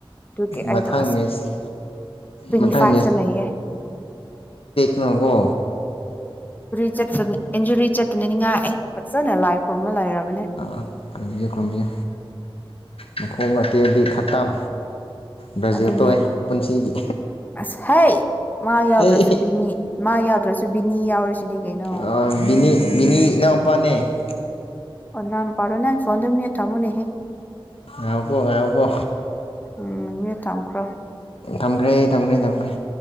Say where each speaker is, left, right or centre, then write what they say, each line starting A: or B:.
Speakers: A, on the left; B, on the left.
A: ꯑꯗꯨꯒꯤ ꯑꯩꯗꯣ
B: ꯃꯊꯪ
A: ꯑꯁ
B: ꯃꯦꯠꯁ
A: ꯇ꯭ꯋꯦꯟꯇꯤ
B: ꯃꯊꯪ
A: ꯐꯥꯏꯚꯇ ꯂꯩꯌꯦꯦ
B: ꯀꯣ
A: <unintelligible> ꯏꯟꯖꯨꯔꯤ ꯆꯠꯇꯅꯤꯡꯉꯥꯏ ꯑꯩꯅ ꯐꯖꯅ ꯂꯥꯏꯐ ꯀꯃꯜ ꯂꯥꯏꯔꯝ
B: ꯑꯥ ꯈꯨꯔꯨꯝꯕꯤꯒꯦ ꯈꯨꯔꯨꯝꯕꯤꯒꯦ ꯃꯈꯣꯡ ꯑꯇꯦꯟꯗꯤ ꯈꯇꯝ ꯕ꯭ꯔꯥꯖꯤꯜ
A: ꯑꯗꯨꯅꯦ
B: ꯇꯣꯛꯑꯦ ꯄꯨꯟꯁꯤꯒꯤ
A: ꯑꯁ ꯍꯩ ꯃꯥ ꯌꯥꯎꯗ꯭ꯔꯁꯨ
B: ꯑꯦ
A: ꯕꯤꯅꯤ ꯃꯥ ꯌꯥꯗ꯭ꯔꯁꯨ ꯕꯤꯅꯤ ꯌꯥꯎꯔꯤꯁꯤꯗꯝ ꯀꯩꯅꯣ
B: ꯑ ꯕꯤꯅꯤ ꯕꯤꯅꯤ ꯏꯅꯥꯎ ꯄꯥꯅꯦ
A: ꯑꯣ ꯅꯅꯥꯎ ꯄꯥꯔꯣ ꯅꯪ ꯐꯣꯟꯗꯨ ꯃꯨꯠ ꯊꯃꯨꯅꯦꯍꯦ
B: ꯉꯥꯏꯌꯨꯀꯣ ꯉꯥꯏꯌꯨꯀꯣ
A: ꯎꯝ ꯃꯤꯌꯨꯠ ꯊꯝꯈ꯭ꯔꯣ
B: ꯊꯝꯈ꯭ꯔꯦ ꯊꯝꯈ꯭ꯔꯦ ꯊꯝꯈ꯭ꯔꯦ